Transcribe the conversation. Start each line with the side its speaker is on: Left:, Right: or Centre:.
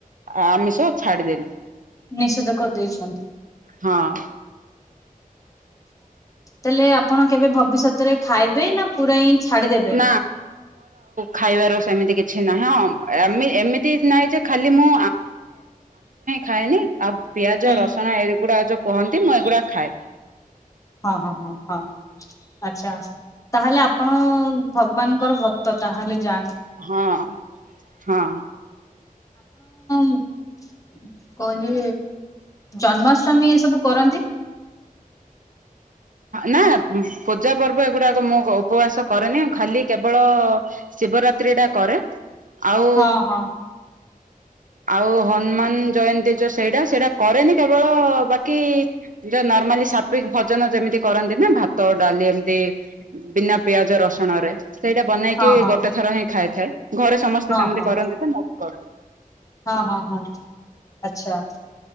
Right: ଆମିଷ ଛାଡ଼ି ଦେଲି।
Left: ନିଷେଦ କର୍ ଦେଇଚନ୍ତି।
Right: ହଁ!
Left: ତା---ଲେ ଆପଣ କେବେ ଭବିଷତରେ ଖାଇବେ <inaudible>
Right: <inaudible> ଖାଇବାର ସେମିତି କିଛି ନା। ହଁ ଏମିତି ନାହିଁ ଯେ ଖାଲି ମୁଁ ଖାଏନି, ପିଆଜ,
Left: ହୁଁ
Right: ରସୁଣ ଏଗୁଡ଼ା ଯ କୁହନ୍ତି, ମୁଁ ଏଗୁଡ଼ା ଖାଏ।
Left: <inaudible> ଆଚ୍ଛା, ତା'ହେଲେ ଆପଣ ଭଗ୍ବାନ୍ ଙ୍କର ଭକ୍ତ। ତା'ହେଲେ ଜା
Right: ହଁ ହଁ
Left: <inaudible> ଯେ ଜନ୍ମାଷ୍ଟମୀ ଏସବୁ କରନ୍ତି।
Right: ନା ପୂଜା ପର୍ବ ଏ ଗୁଡ଼ାକ ମୁଁ ଉପବାସ କରେନି। ଖାଲି କେବଳ ଶିବ ରାତ୍ରିଟା କରେ। ଆଉ
Left: ହଁ ହଁ
Right: ଆଉ ହନ୍‌ମାନ୍‌ ଜୟନ୍ତୀ ଯଉ ସେଇଟା, ସେଇଟା କରେନି। କେବଳ ବାକି ଯଉ ନର୍ମାଲି ସାତ୍ଵିକ୍ ଭଜନ। ଯେମିତି କରନ୍ତି ନା ଭାତ, ଡ଼ାଲି ଏମ୍ତି ବିନା ପିଆଜ ରସଣରେ। ସେଇଟା ବନେଇକି
Left: ହଁ ହଁ
Right: ଗୋଟେ ଥର ହିଁ ଖାଇଥାଏ। ଘରେ ସମସ୍ତେ
Left: ହଁ ହଁ
Right: ସେମ୍ତି
Left: ହଁ
Right: କରନ୍ତି ତ, ମୁଁ ବି କର୍ ଦିଏ।
Left: ହଁ ହଁ ହଁ, ଆଚ୍ଛା।